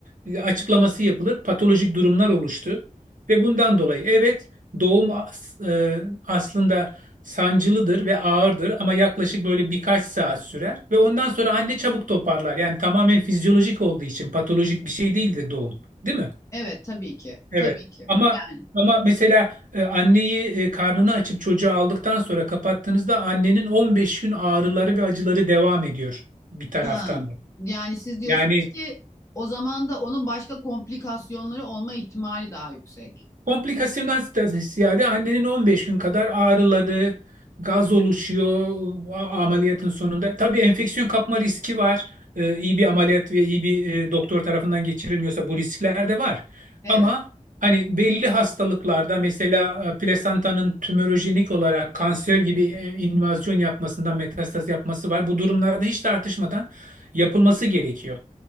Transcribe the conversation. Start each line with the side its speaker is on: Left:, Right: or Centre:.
Right: e, açıklaması yapılır. Patolojik durumlar oluştu ve bundan dolayı evet doğum as- e, aslında sancılıdır ve ağırdır ama yaklaşık böyle birkaç saat sürer ve ondan sonra anne çabuk toparlar. Yani tamamen fizyolojik olduğu için patolojik bir şey değildir doğum, değil mi?
Left: evet tabii ki
Right: Evet.
Left: tabii ki.
Right: Ama
Left: Yani,
Right: ama mesela e, anneyi e, karnını açıp çocuğu aldıktan sonra kapattığınızda annenin 15 gün ağrıları ve acıları devam ediyor bir taraftan
Left: ha,
Right: da.
Left: yani siz diyorsunuz
Right: Yani
Left: ki o zaman da onun başka komplikasyonları olma ihtimali daha yüksek.
Right: Komplikasyondan ziyade annenin 15 gün kadar ağrıları, gaz oluşuyor a- ameliyatın sonunda. Tabii enfeksiyon kapma riski var. Ee, iyi bir ameliyat ve iyi bir e, doktor tarafından geçirilmiyorsa bu riskler de var.
Left: Evet
Right: Ama hani belli hastalıklarda mesela e, plasentanın tümörojenik olarak kanser gibi e, invazyon yapmasından metastaz yapması var. Bu durumlarda hiç tartışmadan yapılması gerekiyor.